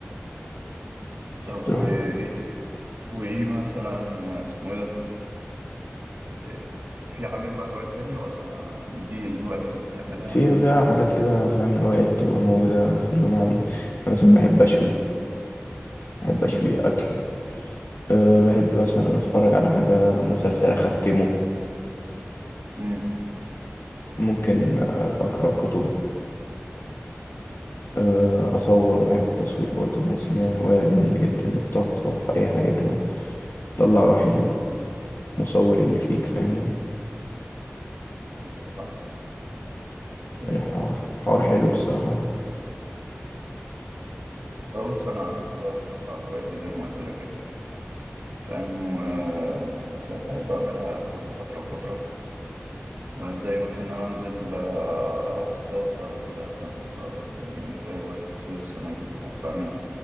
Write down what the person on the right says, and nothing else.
طب
وإيه وإيه مثلا آه، اسمه إيه ده؟ آه، في عندك بقى هوايات تانية ولا دي الهوايات اللي أنت بتعملها؟
مم.
مم.
أيوه صح. آه،
بص أنا بقى بصراحة هوايتي زي ما قلت لك كده فاهم وبحب أعملها كل فترة وفترة آه، زي مثلا إن أنا أنزل آه، أروح أصطاد بقى وكده سمك بقى وكده يعني بالنسبة لي هواية صيد السمك دي بحب أعملها